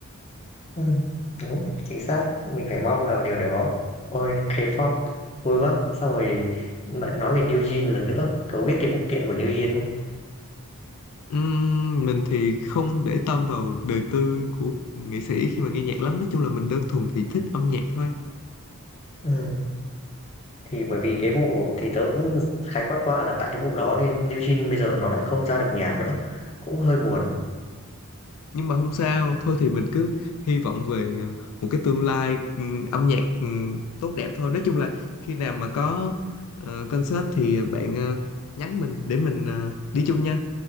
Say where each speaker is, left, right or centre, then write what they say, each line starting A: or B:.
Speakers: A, on the left; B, on the left.
A: Ừm, đúng, chính xác, mình phải mong vào điều đó. Ôi, K-pop vui quá! Xong rồi lại nói về New Jeans lần nữa, cậu biết cái vụ kiện của New Jeans không?
B: Ừm, mình thì không để tâm vào đời tư của nghệ sĩ khi mà nghe nhạc lắm nói chung là mình đơn thuần thì thích âm nhạc thôi
A: Ừm, thì bởi vì cái vụ thì tớ cũng khái quát qua là tại cái vụ đó nên New Jeans bây giờ nó lại không ra được nhạc nữa, cũng hơi buồn.
B: nhưng mà không sao thôi thì mình cứ hy vọng về ờ, một cái tương lai ừm, âm nhạc ừm, tốt đẹp thôi nói chung là khi nào mà có ờ, concert thì bạn ờ, nhắn mình để mình ờ, đi chung nha